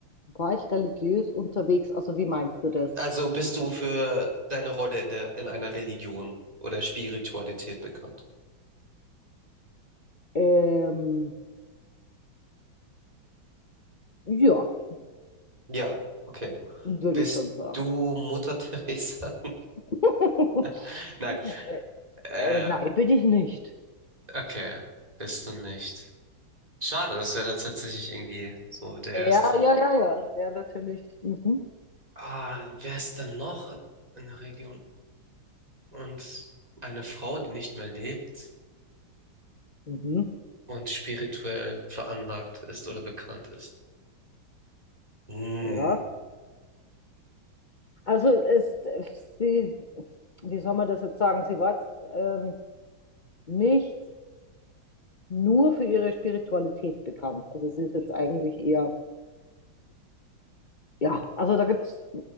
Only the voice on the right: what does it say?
Also bist du für deine Rolle in der, in einer Religion oder Spiritualität bekannt?
Ja, okay.
Bist
du Mutter Teresa?
<laughs> Nein,
äh,
okay, bist du nicht. Schade, das wäre tatsächlich irgendwie so der
erste.
Ah, wer ist denn noch in der Region? Und eine Frau, die nicht mehr lebt
und spirituell veranlagt ist oder bekannt ist. Hm.